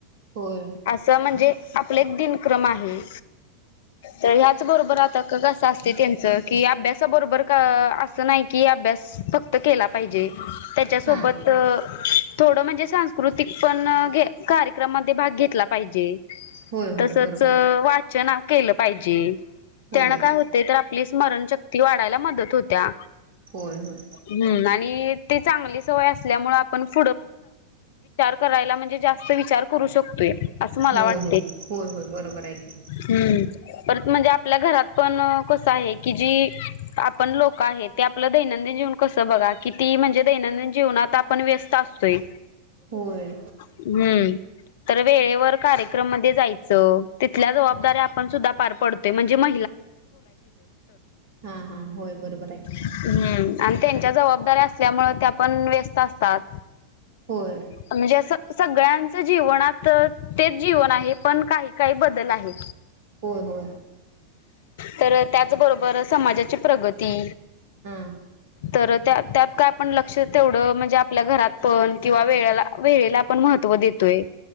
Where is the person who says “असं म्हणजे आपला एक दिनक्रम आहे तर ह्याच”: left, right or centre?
Left